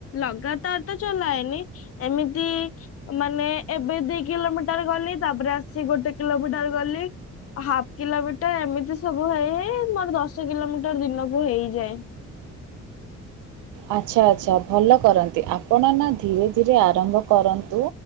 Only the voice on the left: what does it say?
ଲଗାତାର ତ ଚଲାଏନି। ଏମିତି ମାନେ ଏବେ ଦି କିଲୋମିଟର ଗଲି ତାପରେ ଆସି ଗୋଟେ କିଲୋମିଟର ଗଲି। ହାଫ୍ କିଲୋମିଟର ଏମିତି ସବୁ ହେଇ ହେଇ ମୋର ଦଶ କିଲୋମିଟର ଦିନକୁ ହେଇଯାଏ।